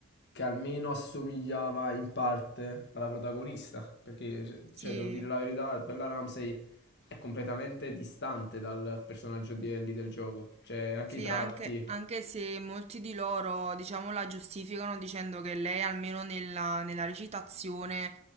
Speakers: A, on the left (about 50°); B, on the right (about 30°).
A: che almeno assomigliava in parte alla protagonista, perché
B: Sì,
A: cioè, devo dire la verità, Bella Ramsey è completamente distante dal personaggio di Ellie del gioco. Cioè, anche
B: sì,
A: i tratti.
B: anche, anche se molti di loro, diciamo, la giustificano dicendo che lei almeno nella, nella recitazione